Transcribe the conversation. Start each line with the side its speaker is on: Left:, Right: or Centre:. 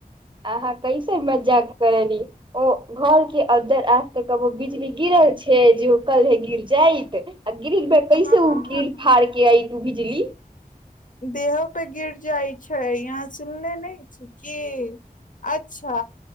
Right: अहाँ कैसे मजाक करली ओ घर के अदर आज तऽ कबो बिजली गिरल छै जे ओ कल्हे गिर जाइत गिरी ब कैसे
Left: हँ
Right: उ गीर फारके आइत गिरी
Left: देहो पे गिर जाइ छै यहाँ सुनले नहि छी की अच्छा